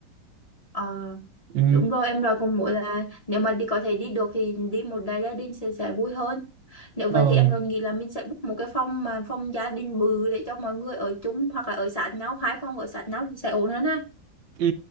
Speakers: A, on the left; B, on the right.
A: Ờ,
B: ừ,
A: đúng rồi em rồi cũng muốn là nếu mà đi có thể đi được thì đi một đại gia đình sẽ sẽ vui hơn Nếu vậy
B: rồi
A: thì em luôn nghĩ là mình sẽ book một cái phòng mà phòng gia đình bự để cho mọi người ở chung hoặc là ở sát nhau, hai phòng ở sát nhau thì sẽ ổn hơn ha.
B: Ừ,